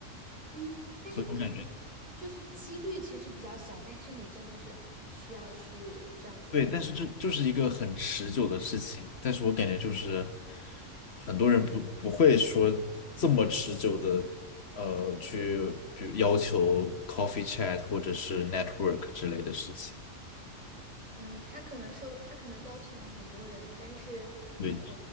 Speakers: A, on the right (about 35°); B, on the left (about 55°).
A: 嗯，但是可能就是几率其实比较小，
B: 所以我感觉
A: 但是你真的是需要去这样子去，
B: 对，但是这就是一个很持久的事情，但是我感觉就是很多人不不会说这么持久的，呃，去比如要求 coffee chat 或者是 network 之类的事情，
A: 嗯，他可能收，他可能邀请了很多人，但是能回，
B: 对